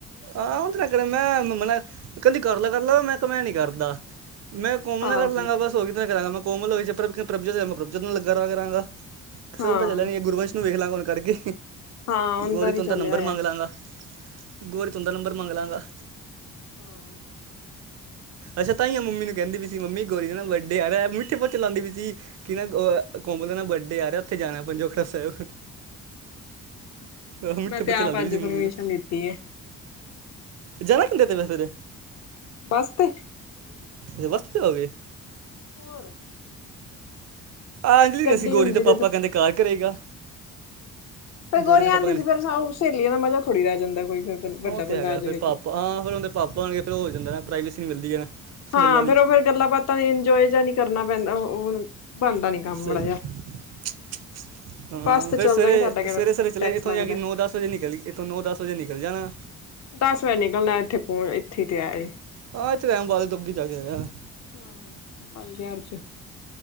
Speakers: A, on the right; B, on the left.
A: ਆਹ ਆਣ ਰ ਕਰਰੇ ਮੈਂ ਮ ਕਹਿੰਦੀ ਕਰਲਾ ਕਰਲਾ ਗੱਲ ਮੈਂ ਕਿਹਾ ਮੈਂ ਨੀ ਕਰਦਾ, ਮੈਂ ਕੋਮਲ ਨੂੰ
B: ਆਹੋ
A: ਨਾਲ ਕਰ ਲਾਂਗਾ ਬਸ ਹੋਰ ਕਿਦੇ ਨਾਲ ਕਰਾਂਗਾ, ਮੈਂ ਕੋਮਲ ਹੋਈ ਪ੍ਰਭਜੋਤ ਮੈਂ ਪ੍ਰਭਜੋਤ ਨੂੰ ਲੱਗਾ ਕਰਾਂਗਾ,
B: ਹਾਂ
A: ਸੋਹਣ ਤਾਂ ਚੱਲ ਗੁਰਵੰਸ਼ ਵੇਖ ਲਾਂ ਗਣ ਕਰਕੇ
B: ਹਾਂ ਉਹਦਾ
A: ਗੋਰੀ
B: ਵੀ
A: ਤੂੰ ਦਾ
B: ਚੱਲਿਆ
A: ਨੰਬਰ
B: ਹੋਇਆ
A: ਮੰਗ ਲਾਂਗਾ ਗੌਰੀ ਤੁੰਦਾ ਨੰਬਰ ਮੰਗ ਲਵਾਂਗਾ ਹ
B: ਹਾਂ
A: ਅੱਛਾ ਤਾਇਓ ਮੰਮੀ ਨੂੰ ਕਹਿੰਦੀ ਵੀ ਸੀ ਮੰਮੀ ਗੋਰੀ ਦੇ ਨਾ ਬਰਥ ਡੇਅ ਆ ਮਿੱਠੇ ਪੱਚ ਲਾਉਂਦੀ ਵੀ ਸੀ। ਕਿ ਨਾ ਕੋਮਲ ਦੇ ਨਾਲ ਬਰਡੇ ਆ ਰਿਹਾ ਉੱਥੇ ਜਾਣਾ ਪੰਜੋਕੜਾ ਸਾਹਿਬ। ਆਹੋ ਮਿੱਠੇ
B: ਮੈਂ ਤੇ
A: ਪੋਚੇ
B: ਆਪ
A: ਲਾਉਂਦੀ
B: ਅੱਜ
A: ਪਈ ਸੀ
B: ਪਰਮਿਸ਼ਨ
A: ਮੰਮੀ ਨੂੰ
B: ਲਿੱਤੀ ਹੈ।
A: ਜਾਣਾ ਕਿੰਦਾ ਤੇ ਫੇਰ ਸਵੇਰੇ
B: ਬਸ ਤੇ
A: ਅ ਬਸ ਤੇ ਹੋ ਗਈ
B: ਹੋਰ,
A: ਆਜੀ
B: ਗੱਡੀ
A: ਅਸੀਂ ਗੋਰੀ
B: ਹੁੰਦੀ
A: ਤੇ ਪਾਪਾ ਕਹਿੰਦੇ ਕਾਲ ਕਰੇਗਾ।
B: ਫਿਰ
A: ਗੋਰੀ
B: ਗੋਰੀਆਂ
A: ਦੇ ਪਾਪਾ
B: ਆਦੀ
A: ਕਹਿੰਦੇ
B: ਸੀ, ਫਿਰ ਸਹੇਲੀਆਂ ਦਾ ਮਜ਼ਾ ਥੋੜੀ ਰਿਹਾ ਜਾਂਦਾ, ਕੋਈ ਫਿਰ ਵੱਡਾ
A: ਉਹ
B: ਬੰਦਾ
A: ਤੇ ਹੈਗਾ,
B: ਆ ਜਾਵੇ
A: ਫਿਰ
B: ਵਿੱਚ
A: ਪਾਪਾ ਹਾਂ ਫਿਰ ਉਹਦੇ ਪਾਪਾ ਆਣਗੇ, ਫਿਰ ਹੋ ਜਾਂਦਾ ਪ੍ਰਾਈਵੇਸੀ ਮਿਲਦੀ ਹੈ ਨਾ।
B: ਹਾਂ
A: ਗੱਲਾਂ
B: ਫੇਰ
A: ਦੀ
B: ਉਹ ਫਿਰ ਗੱਲਾਂ ਬਾਤਾਂ ਨਾਲ ਇੰਜੋਏ ਜਾਂ ਨੀ ਕਰਨਾ ਪੈਂਦਾ, ਉਹ ਬਣਦਾ ਨੀ ਕੰਮ
A: ਸਹੀ
B: ਬੜਾ ਜਿਹਾ।
A: <unintelligible> ਹਾਂ,
B: ਬੱਸ ਤੇ
A: ਫਿਰ
B: ਚੱਲ
A: ਸਵੇਰੇ-ਸਵੇਰੇ-ਸਵੇਰੇ
B: ਜਾਂਗੇ ਸਾਡਾ ਕਿਹੜਾ
A: ਚਲੇ
B: ਟੈਕਸ
A: ਇੱਥੋਂ
B: ਲੱਗਦਾ
A: ਜਾ ਕਿ ਨੌ ਦਸ ਵਜੇ ਨਿਕਲ ਇੱਥੋਂ ਨੌ ਦਸ ਵਜੇ ਨਿਕਲ ਜਾਣਾ।
B: ਦਸ ਵਜੇ ਨਿਕਲਣਾ, ਇੱਥੇ ਪਹ ਇੱਥੇ ਤੇ ਆਏ।
A: ਆਹ ਥੇ ਰੈਮਬਾਲ ਦੁੱਗੀ ਜਾ ਕੇ ਹੋ,
B: <unintelligible>